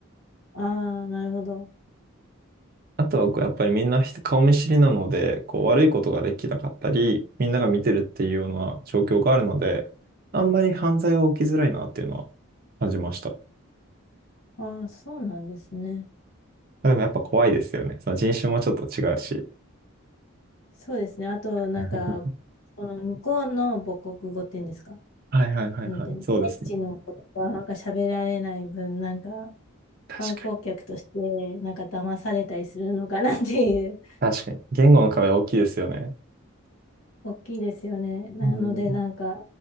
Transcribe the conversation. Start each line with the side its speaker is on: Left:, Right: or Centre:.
Left: ああ、なるほど。
Right: あとはこうやっぱりみんな人顔見知りなので、こう悪いことができなかったり、みんなが見てるっていうような状況があるので、あんまり犯罪は起きづらいなっていうのは感じました。
Left: ああ、そうなんですね。
Right: でもやっぱ怖いですよね。その人種もちょっと違うし。
Left: そうですね。あと、なんか、
Right: <laughs>
Left: この向こうの母国語っていうんですか。
Right: はいはいはいはい。
Left: なんていうの、
Right: そうですね。
Left: 現地の言葉が喋られない分、なんか、
Right: 確かに。
Left: 観光客として、なんか騙されたりするのかなっていう、
Right: 確かに。言語の壁は大きいですよね。
Left: 大きいですよね。なので、
Right: うん。
Left: なんか、